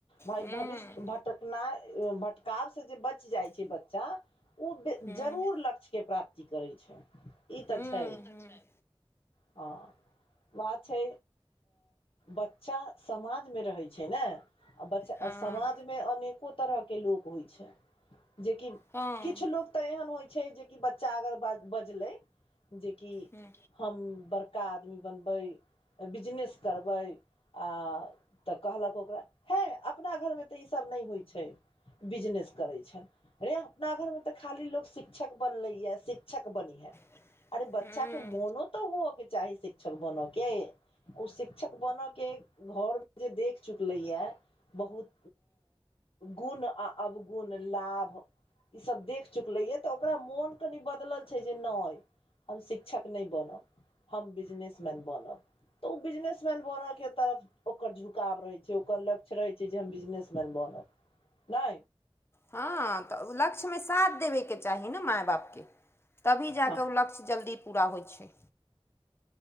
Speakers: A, on the left; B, on the left.
A: भाय
B: हूँ
A: भविष्य भटकना भटकाव से जे बचि जाइ छै बच्चा ओ बे
B: हूँ
A: जरूर लक्ष्यके प्राप्ति करैत छै ई त
B: हूँ
A: छै
B: हूँ
A: आ बात छै बच्चा समाज में रहै छै ने आ बचा
B: हँ
A: समाज में अनेको तरहके लोक होइत छै जेकि
B: हँ
A: किछु लोक तऽ एहन होइत छै जेकि बच्चा अगर बजलै जेकि
B: हूँ
A: हम बड़का आदमी बनबै बिजनेस करबै आ त कहलक ओकरा हे अपना घरमे त इसभ ने होइ छै बिजनेस करै छै अहाँ अपना घरमे तऽ खाली लोकसभ शिक्षक बनल अछि, शिक्षक बनल अछि।
B: बनैए
A: अरे बच्चा के मोनो त हवय के चाही शिक्षक बन के ओ शिक्षक बनय के घरमे जे देख चुकलैए बहुत गुण आ अवगुण, लाभ। ई सब देख चुकले ये त ओकरा मोन कनि बदलल छै जे ने हम शिक्षक ने बनब हम बिजनेसमैन बनब त ओ बिजनेसमैन बने के तरफ ओकर झुकाव रहै छै ओकर लक्ष्य रहै छै जे हम बिजनेसमैन बनब ने
B: हँ तऽ ओ लक्ष्यमे साथ देबयके चाही ने माय बापके तभी जा
A: हँ
B: क ओ लक्ष्य जल्दी पूरा होइ छै